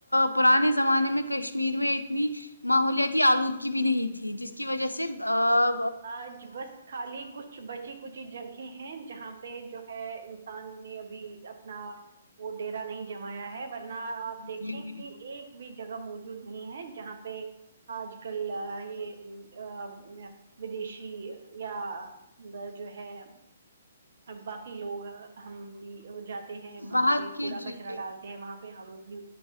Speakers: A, on the left; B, on the right.
A: پرانے زمانے میں کشمیر میں اتنی ماحولیاتی آلود کی بھی نہیں تھی جس کی وجہ سے آ
B: آج بس خالی کچھ بچی کچھ ا جگہ ہے جہاں پے جو ہے انسان نے ابھی اپنا وہ ڈیرا نہیں جمایا ہے ورنہ آپ دیکھیں
A: جی جی
B: کی ایک بھی جگہ موجود نہیں ہے جہاں پے آج کل یے امم ودیشی یا جو ہے باقی لوگ ہم بھی جاتے ہیں وہاں
A: باہر
B: پے
A: کے
B: کوڑا
A: جی
B: کچرا
A: جی
B: ڈالتے ہیں وہاں پے آلودگی